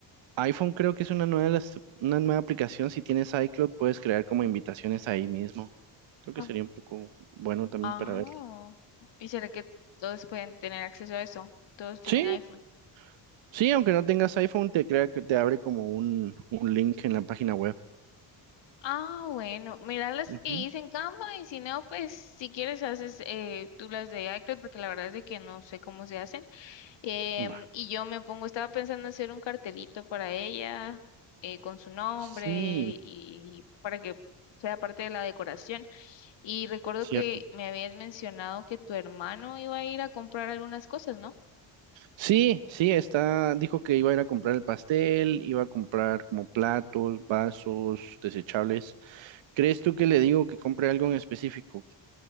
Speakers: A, on the right; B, on the left.
A: iPhone creo que es una nueva, las- una nueva aplicación. Si tienes iCloud, puedes crear como invitaciones ahí mismo. Creo que
B: Ah,
A: sería un poco bueno también
B: Ah,
A: para ver.
B: ¿y será que todos pueden tener acceso a eso? Todos tienen
A: Sí,
B: iPhone.
A: sí, aunque no tengas iPhone, te crea que te abre como un, un link en la página web.
B: Ah, bueno, mira las
A: Ujú.
B: que hice en Canva y si no, pues si quieres haces eh, tú las de iCloud porque la verdad es de que no sé cómo se hacen. Em,
A: Va.
B: y yo me pongo, estaba pensando hacer un cartelito para ella, eh, con su nombre
A: Sí,
B: y para que sea parte de la decoración. Y recuerdo
A: cierto.
B: que me habías mencionado que tu hermano iba a ir a comprar algunas cosas, ¿no?
A: Sí, sí, está, dijo que iba a ir a comprar el pastel, iba a comprar como platos, vasos, desechables. ¿Crees tú que le digo que compre algo en específico?